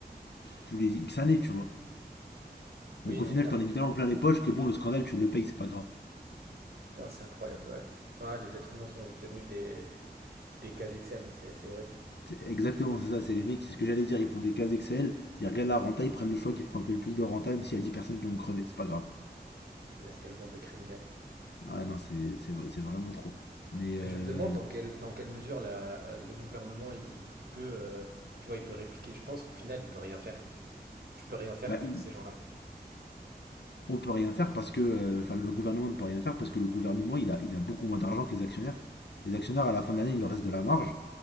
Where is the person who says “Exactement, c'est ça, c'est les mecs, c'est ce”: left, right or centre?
Left